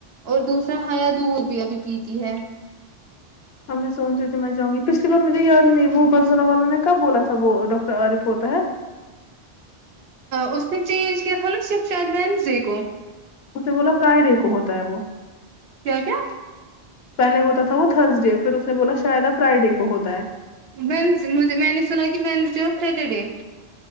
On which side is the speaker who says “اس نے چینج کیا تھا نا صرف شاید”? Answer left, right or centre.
Right